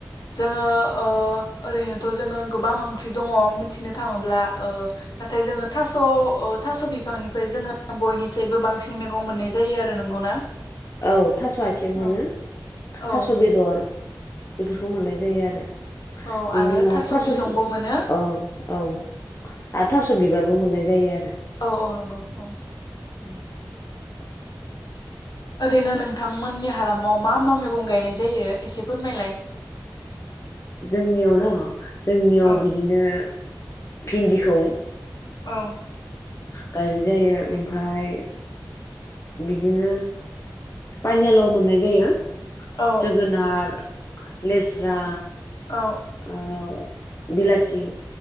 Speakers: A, on the left; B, on the left.
A: जोंङो अ ओरैनोथ जोंङो गोबां ओंख्रि दंङ मिथिनो थाङोब्ला ओ नाथाय जोंङो थास-थास बिफांनिफ्राय जोंङो बयनिसबो बांसिन मैगं मोननाय जायो आरो नंगौना।
B: औ थास' आइथिं
A: औ
B: मोनो
A: औ
B: थास' बेदर <inaudible> बेफोरखौ मोननाय जायो आरो।
A: औ
B: बेनि
A: आरो
B: उनाव थास'
A: बिसंबो मोनो
B: औ- औ आर थास बिबारबो मोननाय जायो आरो।
A: औ- औ नंगौ। औ।
B: उम।
A: ओरैनो नोंथांमोननि हालामाव मा मा मैगं गायनाय जायो एसे फोरमायलाय?
B: जोंनियाव ना जोंनियाव
A: औ
B: बिदिनो भिन्दिखौ
A: औ।
B: गायनाय जायो ओमफ्राय बिदिनो पानिलाव मोननाय जायो
A: औ
B: जोगोनार लेस्रा,
A: औ
B: औ। बिलाथि।